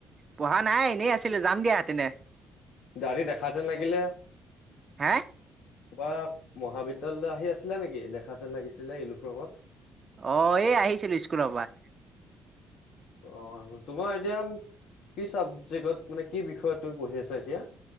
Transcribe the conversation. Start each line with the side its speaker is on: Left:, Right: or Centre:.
Right: পঢ়া নাই এনেই আছিলো, যাম দিয়া তেনে।
Left: দাঢ়ি দেখাতে লাগিলে।
Right: হে
Left: কা মহাবিদ্যালয়লৈ আহি আছিলা নেকি? দেখা যেন লাগিছিলে ইউনিফৰ্মত।
Right: অ' এই আহিছিলো স্কুলৰ পৰা।
Left: অ' তোমাৰ এতিয়া কি চাবজেক্টত মানে কি বিষয় তু পঢ়ি আছা এতিয়া?